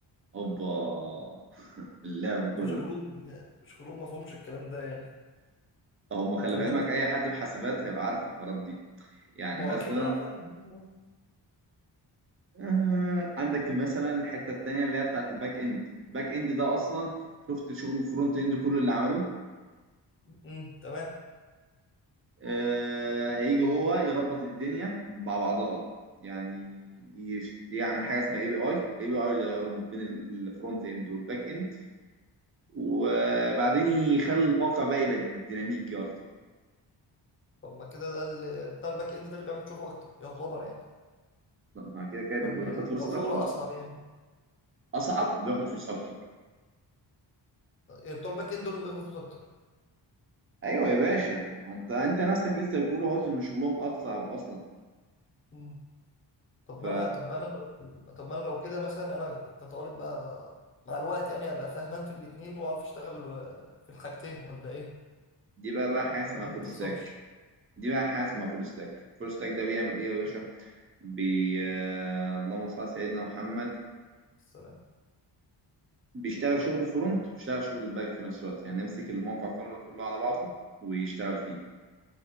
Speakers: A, on the right (about 30°); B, on the left (about 30°).
A: اوبا <laughs> اللعب
B: فشغلهم
A: كله
B: شغلهم ما فهمش الكلام ده يعني
A: هم خلي
B: طب
A: في
B: وانت
A: علمك اي حد في حاسبات هيبقى عارف الحوارات دي يعني
B: ما
A: مثلا
B: هو اكيد اه فاهم
A: آه، عندك مثلا الحتة التانية اللي هي بتاعت الباك اند الباك اند ده اصلا شفت شغل الفرونت اند كل اللي عمله
B: امم تمام
A: آه، هيجي هو يربط الدنيا مع بعضها يعني يش- يعمل حاجة اسمها اي بي اي الاي بي اي ده يربط بين الفرونت اند والباك اند وبعدين يخلي الموقع بقى يبقى ديناميكي اكتر
B: طب ما كده ده اللي بتاع الباك اند ده اللي بيعمل شغل اكتر يعتبر يعني
A: طب ما كده كده بيبقى
B: ولا
A: بياخد
B: ايه
A: فلوس
B: او
A: اكتر
B: شغل اصعب يعني
A: اصعب وبياخد فلوس اكتر
B: يعني بتوع الباك اند دول اللي بياخدوا فلوس اكتر
A: ايوه يا باشا انت انت ناستك لسه بتقول اهوت ان شغلهم اصعب اصلا
B: مم. طب
A: ف
B: ما انا طب ما انا لو طب ما انا لو كده مثلا انا كطالب بقى مع الوقت يعني ابقى فاهمان في الاتنين واعرف اشتغل آه، في الحاجتين ولا ايه
A: دي بقى بقى حاجه اسمها
B: ولا دي
A: فول
B: ما بتحصلش
A: ستاك دي بقى حاجه اسمها فول ستاك فول ستاك ده بيعمل ايه يا باشا بي آه، اللهم صل على سيدنا محمد
B: السلام
A: بيشتغل شغل الفرونت وبيشتغل شغل الباك في نفس الوقت يعني يمسك الموقع كله كله على بعضه ويشتغل فيه